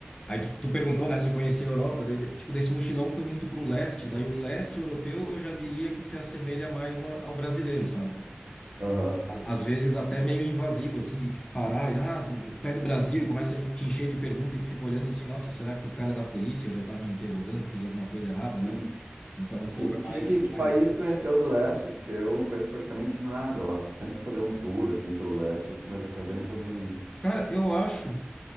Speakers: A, on the left; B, on the right.
A: Aí tu, tu perguntou, né, se eu conhecia a Europa, daí, de- tipo, desse mochilão fui muito pro leste, daí o leste europeu eu já diria que se assemelha mais a- ao brasileiro, sabe?
B: aham,
A: a- às vezes até meio invasivo, assim, de tipo, parar, e, ah, do- do- pé do Brasil, e começa a te encher de pergunta e tu fica olhando assim, nossa, será que o cara é da polícia já tá me interrogando, fiz alguma coisa errada,
B: Sim.
A: né? Então o
B: Que,
A: povo é
B: que,
A: mais,
B: que, que
A: mais...
B: país tu conheceu do leste? Porque eu não conheço praticamente nada lá. Tô sempre fazendo um tour assim pelo leste, mas acabei não fazendo ainda.
A: Cara, eu acho